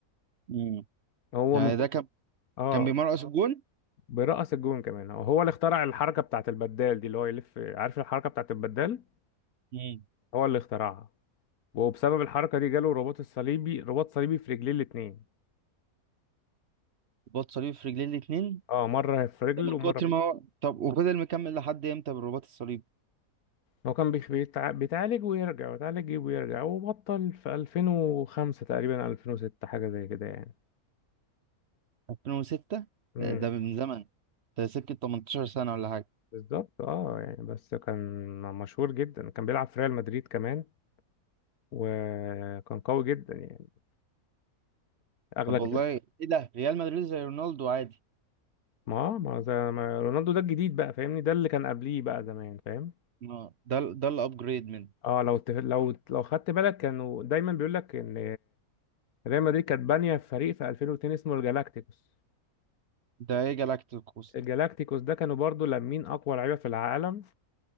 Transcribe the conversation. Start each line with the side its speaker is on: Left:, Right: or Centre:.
Right: امم
Left: هو
Right: يعني
Left: من كتر-
Right: ده كان
Left: اه
Right: كان بيمرقص الجون
Left: بيرقص الجون كمان هو هو اللي اخترع الحركة بتاعت البدال دي اللي هو يلف عارف الحركة بتاعت البدال
Right: امم
Left: هو اللي اخترعها وبسبب الحركة دي جاله رباط الصليبي رباط صليبي في رجليه الاتنين
Right: رباط صليبي في رجليه الاثنين
Left: اه مرة في رجل
Right: ده من
Left: ومرة
Right: كتر ما هو طب وفضل مكمل لحد امتى بالرباط الصليبي
Left: هو كان بيخ- بيتع- بيتعالج ويرجع بيتعالج ويرجع وبطل في 2005 تقريبا 2006 حاجة زي كده يعني
Right: 2006
Left: امم
Right: ده, ده من زمن ده سكه 18 سنه ولا حاجه
Left: بالظبط اه يعني بس كان مشهور جدا كان بيلعب في ريال مدريد كمان وكان قوي جدا يعني اغلى
Right: طب
Left: ك-
Right: والله ايه ده ريال مدريد زي رونالدو عادي
Left: ما ما زي ما رونالدو ده الجديد بقى فاهمني ده اللي كان قبليه بقى زمان فاهم
Right: آه، ده ال- ده الابجريد منه
Left: اه لو تف... لو لو خدت بالك كانوا دايما بيقول لك ان ريال مدريد كانت بانية فريق في 2002 اسمه الجالاكتيكوس
Right: ده ايه جالاكتيكوس
Left: الجالاكتيكوس ده كانوا برضو لامين أقوى لعيبة في العالم